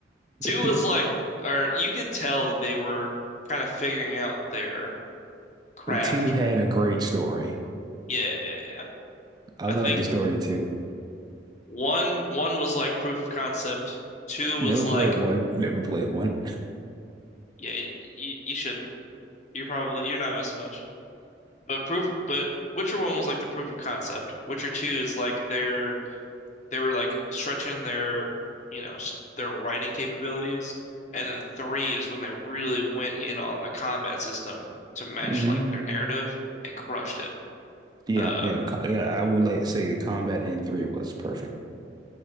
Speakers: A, on the left; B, on the right.
A: two
B: <laughs>
A: was like, or you could tell that they were kind of figuring out their craft.
B: But two had a great story.
A: Yeah, yeah, yeah.
B: I
A: I
B: love
A: think
B: the story too.
A: one, one was like proof of concept. Two
B: Never
A: was like,
B: played one. Never played one.
A: yeah, you, you shouldn't. You probably you're not missing much. But proof, but Witcher One was like the proof of concept. Witcher Two is like they're they were like stretching their you know s- their writing capabilities, and then three is when they really went in on the combat system to match
B: hmm
A: like their narrative and crushed it.
B: Yeah,
A: Uh,
B: yeah, the co- yeah. I would like say the combat in three was perfect.